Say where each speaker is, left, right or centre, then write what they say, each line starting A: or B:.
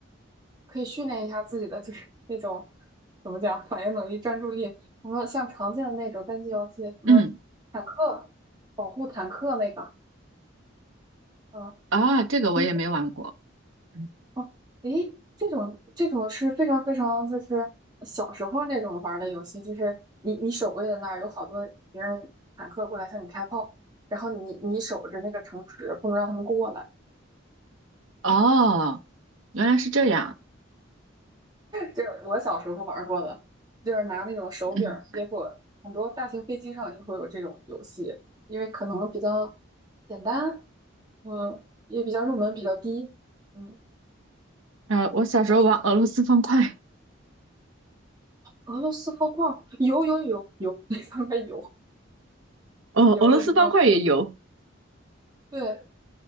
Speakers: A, on the right; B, on the right.
A: 可以训练一下自己的就是 <laughs> 那种怎么讲反应能力、专注力。什么像常见的那种单机游戏，什么坦克保护坦克那个，
B: 嗯，
A: 呃，
B: 啊，这个我也没玩过。
A: 推
B: 嗯
A: 哦，诶，这种这种是非常非常就是小时候那种玩儿的游戏，就是你你守卫的那儿有好多别人坦克过来向你开炮，然后你你守着那个城池，不能让他们过来。
B: 哦，原来是这样。
A: 就是我小时候玩过的，就是拿那种手柄结果很多大型飞机上也会有这种游戏，
B: 嗯，
A: 因为可能比较简单，嗯，也比较入门比较低，嗯，
B: 呃，我小时候玩俄罗斯方块，
A: 你这次试试俄罗斯方块儿有有有有，<laughs> 那方块有
B: 哦，
A: 有俄罗斯方块
B: 俄罗斯方块也有，
A: 对，